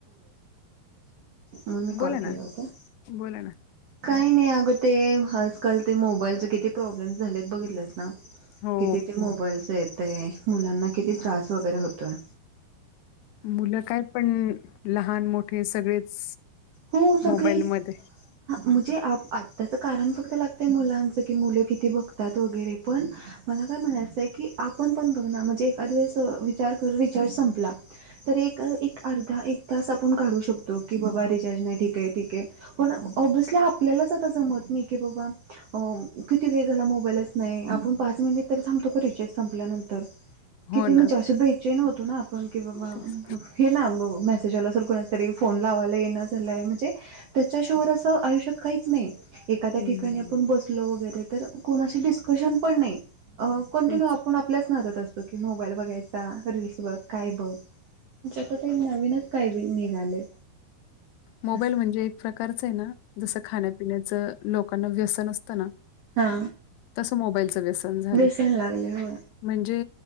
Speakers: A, on the right; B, on the left.
A: मग मी कॉल
B: बोला ना
A: केला होता
B: बोला ना
A: काही नाही आगतेे आजकाल ते मोबाईलचे किती प्रॉब्लेम झालेत बघितलंस ना
B: हो
A: किती ते मोबाईलचे आहेत ते मुलांना किती त्रास वगैरे होतोय
B: मुलं काय पण लहान मोठे सगळेच
A: हो सगळेच
B: मोबाईलमध्ये
A: मुझे आप आ त्याच कारण फक्त लागतंय मुलांच कि मुलं किती बघतात वगैरे पण मला काय म्हणायचंय की आपण पण बघ म्हणजे एखाद वेळेस विचार कर विचार संपला तर एक एक अर्धा इतकासा आपण काढू शकतो की बाबा रिस ठिक ठिक हाय पण अ बसल्या आपल्यालाच आता जमत नाही कि बाबा किती वेळ झाला मोबाईलच नाही आपण पाच मिनिट तरी थबतो रिचार्ज संपल्यानंतर
B: हो
A: किती म्हणजे
B: ना
A: अस बेचन होतो ना आपण की बाबा
B: तेच
A: हे ना अनुभव त्याला असल कुणीतरी फोन लावायला येईना झालाय म्हणजे त्याच्याशिवाय असं आयुष्यात काहीच नाही एखाद्या
B: हम्म
A: ठिकाणी आपण बसल वगैरे तर कोणाशी डिस्कशन पण नाही अ कंटिन्यू
B: तेच
A: आपण आपल्याच नादत असतो की मोबाईल बघायचा रीलल्स बघ काय बघ ज्यात ते नवीनच काही ब निघाले
B: मोबाईल
A: असं
B: म्हणजे एक प्रकारच आहे ना जसं खाण्यापिण्याचं लोकांना व्यसन असत ना
A: हा
B: तस मोबाईलचं व्यसन झालंय
A: व्यसन लागले हो
B: म्हणजे